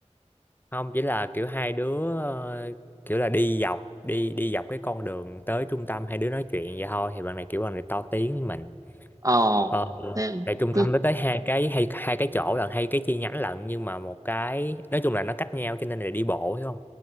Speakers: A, on the left (about 15°); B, on the right (about 30°).
A: không chỉ là kiểu hai đứa ờ, kiểu là đi dọc đi đi dọc cái con đường tới trung tâm hai đứa nói chuyện vậy thôi thì bạn này kiểu bạn này to tiếng với mình
B: ờ
A: ờ
B: thế
A: tại trung
B: cứ
A: tâm nó tới hai cái hay hai cái chỗ lận hay cái chi nhánh lận nhưng mà một cái nói chung là nó cách nhau cho nên là đi bộ hiểu không